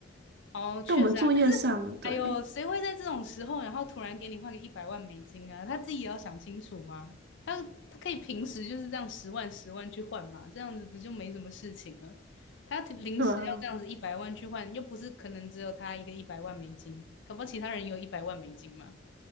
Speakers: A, on the left; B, on the right.
A: 哦，确实啊，
B: 但我们作业上，
A: 可是，
B: 对
A: 哎呦，谁会在这种时候，然后突然给你换个一百万美金啊？他自己也要想清楚啊。他他可以平时就是这样十万十万去换嘛，这样子不就没什么事情了？他临时要这样子一百万去换，
B: 对啊，
A: 又不是可能只有他一个一百万美金，搞不好其他人也有一百万美金嘛。